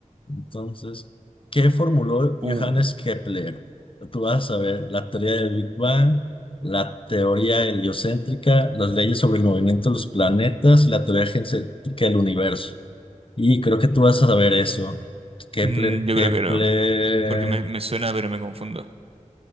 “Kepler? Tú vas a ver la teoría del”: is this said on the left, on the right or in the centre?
Left